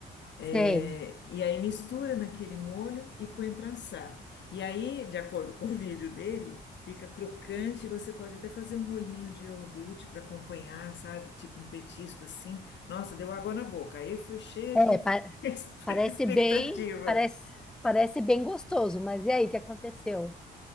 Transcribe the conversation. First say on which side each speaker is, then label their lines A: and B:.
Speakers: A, on the left (about 65°); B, in the centre.
A: É,
B: sei.
A: e aí mistura naquele molho e põe para assar. E aí, de acordo com o <laughs> vídeo dele, fica crocante. Você pode até fazer um molhinho de iogurte para acompanhar, sabe? Tipo um petisco assim. Nossa, deu água na boca. Aí foi cheia
B: É,
A: de
B: pa-
A: <laughs>
B: parece
A: expectativa.
B: bem, parece, parece bem gostoso, mas e aí, o que aconteceu?